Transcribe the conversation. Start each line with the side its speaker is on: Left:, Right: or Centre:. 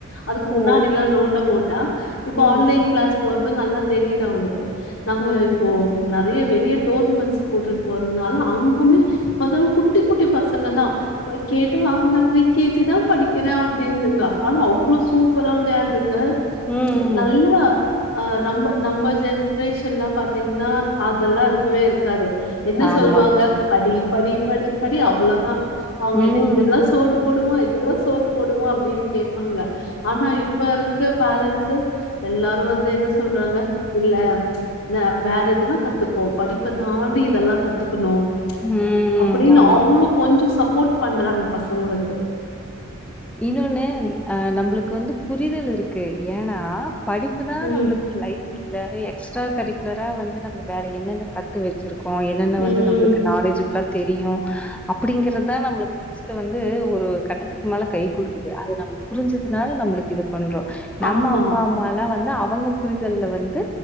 Left: அதுக்கு முன்னாடி
Centre: ஓ
Left: எல்லா நோண்ட மோட்டா இப்ப
Centre: ம்
Left: ஆன்லைன் கிளாஸ் போறது நல்லா தெரியுது அவளுக்கு நாங்க
Centre: ம்
Left: இப்போ நெறைய வெளியே டோர்னமென்ட்ஸ் கூட்டுட்டு போறதுனால அங்குமே இப்பதான் குட்டி குட்டி பசங்க தான் போய் கேட்டா ந பிரீ கே ஜி தான் படிக்கிறே அப்டின்துங்க ஆனா அவ்ளோ சூப்பரா விளையாடுதுங்க
Centre: ம் ம்
Left: நல்ல அ நம்ப நம்ப ஜென்ரேஷன்லா பாத்தீங்கன்னா அதெல்லா இருக்கவே இருக்காது என்ன
Centre: ஆமா
Left: சொல்லுவாங்க படி படி படி படி அவ்வளோதா அவங்க
Centre: ம்.
Left: என்ன இதெல்லா சோறு போடுமாோ இதெல்லா சோறு போடுமா அப்டின்னு கேப்பாங்க ஆனா இப்ப இருக்க பேரண்ட்ஸ் எல்லாரு வந்து என்ன சொல்றாங்க இல்ல நா வேற எதுனா க த்துக்கோ படிப்ப தாண்டி இதெல்லா கத்துக்கணு
Centre: ம்.
Left: அப்டின்னு
Centre: ஆமாமா.
Left: அவங்களு கொஞ்சோ சப்போர்ட் பண்றாங்க பசங்களுக்கு
Centre: இன்னோன்னு ஆ, நம்மளுக்கு வந்து புரிதல் இருக்கு, ஏன்னா படிப்புதா
Left: ம்
Centre: நம்பளுக்கு லைஃப் இல்ல எ க்ஸ்ட்ரா கரிக்குலரா வந்து நம்ம வேற என்னென்ன கத்து வெச்சிருக் கோ என்னென்ன வந்து
Left: ம்.
Centre: நம்மளுக்கு நாலேஜிபில்லா தெரியு அப்டிங்கறதா நம்மளுக்கு நெக்ஸ்ட்ட் வந்து ஒரு கட்டத்து க்குமேல கை குடுக்குது அது நமக்கு புரிஞ்சதுனால நம்மளுக்கு இது பண்றோ நம்ம
Left: ஆமா
Centre: அப்பா அம்மாலா வந்து அவ அவங்க புரிதல்ல வந்து